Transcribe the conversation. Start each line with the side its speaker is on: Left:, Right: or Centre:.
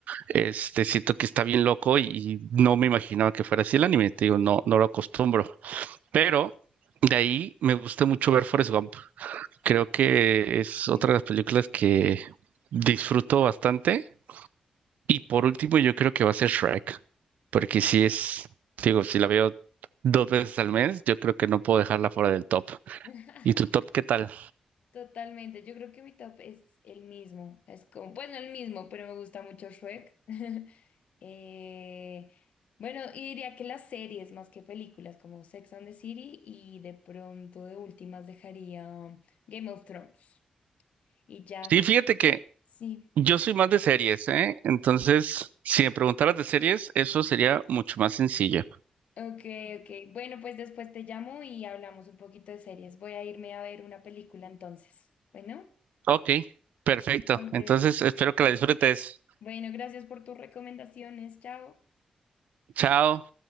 Right: Este, siento que está bien loco y, y no me imaginaba que fuera así el anime, te digo, no, no lo acostumbro. Pero de ahí me gusta mucho ver Forrest Gump. Creo que es otra
Left: <laughs>
Right: de las películas que disfruto bastante. Y por último, yo creo que va a ser Shrek, porque
Left: Total.
Right: si es, te digo, si la veo dos veces al mes, yo creo que no puedo dejarla fuera del top.
Left: <laughs>
Right: ¿Y tu top qué tal?
Left: Totalmente, yo creo que mi top es el mismo, es como, bueno, el mismo, pero me gusta mucho Shrek. <laughs> Eh, bueno, y diría que las series más que películas, como Sex and the City, y de pronto de últimas dejaría Game of Thrones. Y ya,
Right: Sí, fíjate que
Left: sí,
Right: yo soy más de series, ¿eh? Entonces, si me preguntaras de series, eso sería mucho más sencillo.
Left: ok, ok. Bueno, pues después te llamo y hablamos un poquito de series. Voy a irme a ver una película entonces. Bueno,
Right: Ok, perfecto.
Left: entonces,
Right: Entonces espero que la disfrutes.
Left: bueno, gracias por tus recomendaciones, chao.
Right: Chao.